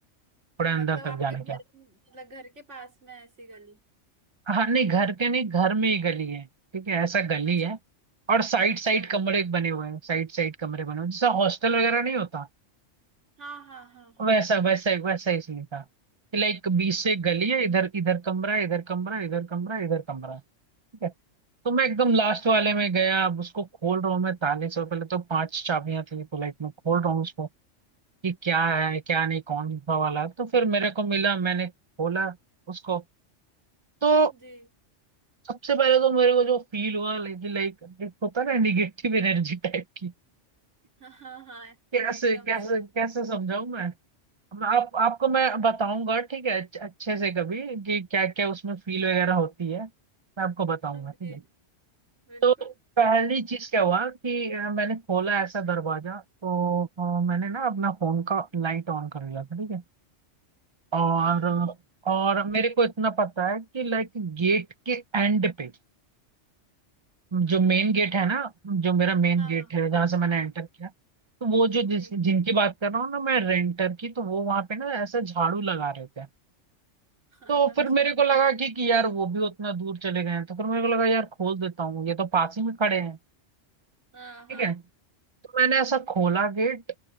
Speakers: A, on the right; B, on the right.
A: थोड़ा
B: मतलब
A: अंदर
B: आपके
A: तक जाने
B: घर
A: का
B: मतलब घर के पास में ऐसी गली
A: हाँ नहीं घर के नहीं घर में ही गली है ठीक है ऐसा गली
B: अच्छा
A: है और साइड
B: अच्छा
A: साइड कमरे बने हुए हैं साइड साइड कमरे बने हुए हैं जैसा हॉस्टल वगैरह नहीं होता
B: हाँ हाँ हाँ हाँ
A: वैसा वैसा वैसा ही सीन था कि लाइक बीच से एक गली है इधर इधर कमरा है, इधर कमरा है, इधर कमरा है, इधर कमरा है। ठीक है तो मैं एकदम
B: अच्छा
A: लास्ट वाले में गया अब उसको खोल रहा हूँ मैं ताले से और पहले तो पांच चाबियां थी तो लाइक मैं खोल रहा हूँ उसको कि क्या है क्या नहीं कौन सा वाला है। तो फिर मेरे को मिला मैंने खोला उसको तो
B: जी
A: सबसे पहले तो मेरे को जो फील हुआ लाइक लाइक होता है ना निगेटिव एनर्जी टाइप की
B: हाँ हाँ हाँ
A: कैसे
B: एकदम
A: कैसे
B: से
A: कैसे समझाऊं मैं आप आपको मैं बताऊंगा ठीक है अच्छे अच्छे से कभी कि क्या क्या उसमें फील वगैरह होती है मैं आपको बताऊंगा
B: जी
A: ठीक है
B: बिल्कुल
A: तो पहली चीज क्या हुआ कि अ, मैंने खोला ऐसा दरवाजा तो अ, मैंने ना अपना फोन का लाइट ऑन कर लिया था ठीक है और
B: हाँ हाँ
A: और मेरे को इतना पता है कि लाइक गेट के एंड पे जो मेन गेट
B: हाँ
A: है ना जो मेरा मेन
B: हाँ
A: गेट
B: हाँ
A: है जहां से मैंने एंटर किया तो वो जो जिस
B: जी
A: जिनकी बात कर रहा हूँ ना मैं रेंटर की तो वो वहां पे ना ऐसा झाड़ू लगा रहे थे
B: <laughs>
A: तो
B: हाँ अच्छा
A: फिर मेरे को लगा कि, कि यार वो भी उतना दूर चले गए हैं तो फिर मेरे को लगा यार खोल देता हूँ ये तो पास ही में खड़े हैं
B: हाँ हाँ
A: ठीक है तो मैंने ऐसा खोला गेट